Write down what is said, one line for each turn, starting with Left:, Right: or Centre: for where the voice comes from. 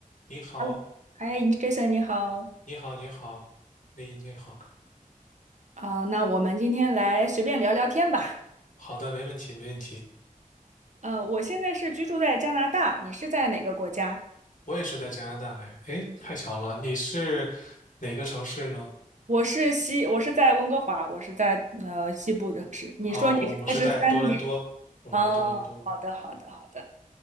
Left: 你好，
Right: 嗨，嗨，Jason，你好
Left: 你好，你好，你你好，
Right: 啊，那我们今天来随便聊聊天吧。
Left: 好的，没问题，没问题。
Right: 呃，我现在是居住在加拿大，你是在哪个国家？
Left: 我也是在加拿大，哎，哎，太巧了，你是哪个城市呢？
Right: 我是西，我是在温哥华，我是在呃西部城市。你说你是在十三点？
Left: 哦，我是在多伦多，我是在多伦多。
Right: 哦，好的，好的，好的，